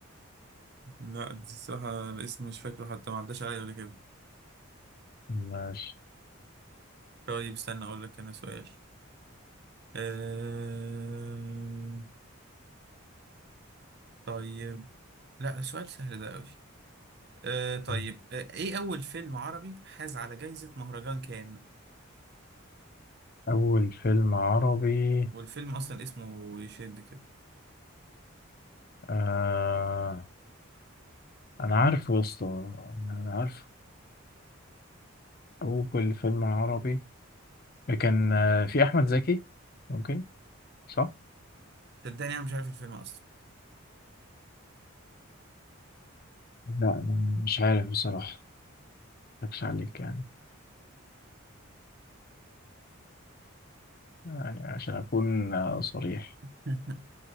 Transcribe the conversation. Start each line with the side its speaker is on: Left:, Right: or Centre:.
Right: لا دي الصراحة الاسم مش فاكره حتى ما عداش عليا قبل كده
Left: ماشي
Right: طيب استنى أقول لك أنا سؤال أه... طيب لا سؤال سهل ده أوي أه طيب
Left: مم.
Right: أه إيه أول فيلم عربي حاز على جايزة مهرجان كان
Left: أول فيلم عربي
Right: والفيلم أصلا اسمه يشد كده
Left: آه أنا عارفه يا اسطى أنا أنا عارفه أول فيلم عربي كان آه، في أحمد زكي ممكن صح؟
Right: صدقني أنا مش عارف الفيلم أصلا
Left: لا أنا مش عارف بصراحة مضحكش عليك يعني يعني عشان أكون آه، صريح
Right: <laughs>